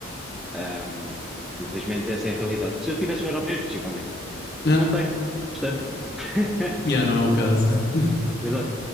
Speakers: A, in the centre; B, on the left.
A: Ahm, infelizmente, essa é a realidade. Se eu tivesse um euro milhões, possivelmente.
B: Ah,
A: Não tenho. Portanto, <laughs>
B: yeah, não é o caso. <laughs>
A: exato.